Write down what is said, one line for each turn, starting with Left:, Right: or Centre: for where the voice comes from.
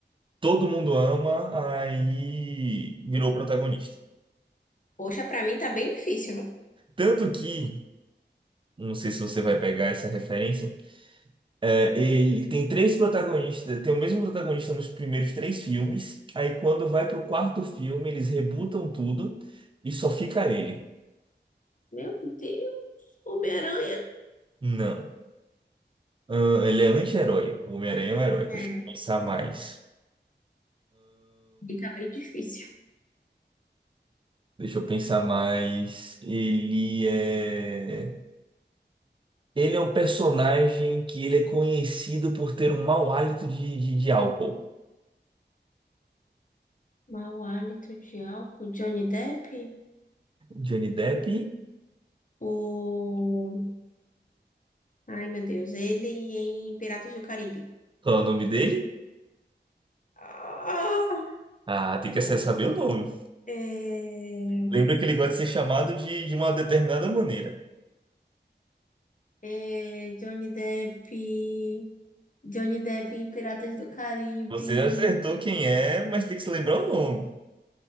Right: todo mundo ama, aí virou protagonista.
Left: Poxa, pra mim tá bem difícil, viu?
Right: Tanto que, não sei se você vai pegar essa referência, é, ele tem três protagonistas, tem o mesmo protagonista nos primeiros três filmes, aí quando vai pro quarto filme, eles rebutam tudo e só fica ele.
Left: Meu Deus, Homem-Aranha.
Right: Não. Ahn, ele é anti-herói. O Homem-Aranha é um herói,
Left: É,
Right: deixa eu pensar mais.
Left: e tá bem difícil.
Right: Deixa eu pensar mais. Ele é. Ele é um personagem que ele é conhecido por ter um mau hálito de, de, de álcool.
Left: Mau hálito de álcool, Johnny Depp?
Right: Johnny Depp.
Left: O... Ai, meu Deus, ele em Piratas do Caribe.
Right: Qual é o nome dele?
Left: Ah,
Right: Ah, tem que acessar- saber o nome.
Left: é...
Right: Lembra que ele gosta de ser chamado de, de uma determinada maneira.
Left: É, Johnny Depp, Johnny Depp em Piratas do Caribe.
Right: Você já acertou quem é, mas tem que se lembrar o nome.